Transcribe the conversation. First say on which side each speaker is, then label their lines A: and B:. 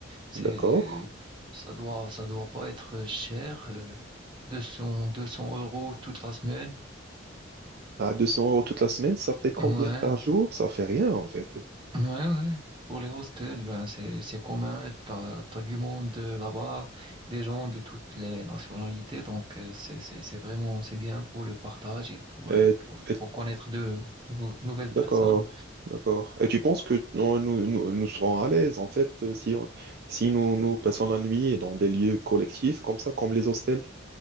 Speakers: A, on the right; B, on the right.
A: c'est,
B: D'accord.
A: ça doit, ça doit pas être cher. euh, deux cents deux cents euros toute la semaine.
B: À 200 euros toute la semaine, ça fait combien
A: Ouais,
B: par jour? Ça fait rien, en fait.
A: Ouais, ouais. Pour les hostels, ben c'est c'est commun. T'as t'as du monde euh, là-bas, des gens de toutes les nationalités. Donc euh, c'est c'est c'est vraiment c'est bien pour le partage et pour
B: Et-
A: euh, pour,
B: et-
A: pour connaître de nou- nouvelles
B: D'accord,
A: personnes.
B: d'accord. Et tu penses que nous, nous, nous- nous serons à l'aise, en fait, euh, si, on- si nous, nous passons la nuit dans des lieux collectifs comme ça, comme les hostels?